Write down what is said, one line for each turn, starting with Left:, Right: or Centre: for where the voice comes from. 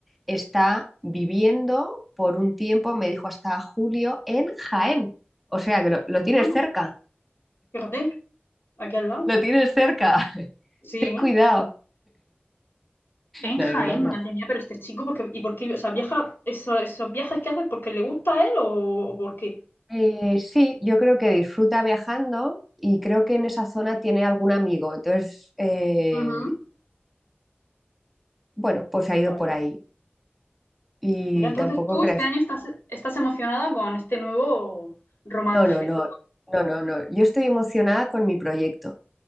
Centre: está viviendo por un tiempo, me dijo hasta julio, en Jaén. O sea que lo lo tienes
Left: Vamos,
Centre: cerca.
Left: fíjate, aquí al lado.
Centre: Lo tienes cerca, <laughs>
Left: Sí,
Centre: ten
Left: ¿eh?
Centre: cuidado.
Left: En
Centre: No, era
Left: Jaén,
Centre: broma.
Left: madre mía, pero este chico, porque, ¿y por qué? O sea, viaja, eso- esos viajes que haces, ¿porque le gusta a él o, o por qué?
Centre: Eh, sí, yo creo que disfruta viajando y creo que en esa zona tiene algún amigo. Entonces, eh,
Left: Ujú.
Centre: bueno, pues ha ido
Left: Vale.
Centre: por ahí. Y
Left: Mira, entonces
Centre: tampoco
Left: tú
Centre: creas,
Left: este año estás, estás emocionada con este nuevo romance.
Centre: no, no, no, no, no, no. Yo estoy emocionada con mi proyecto,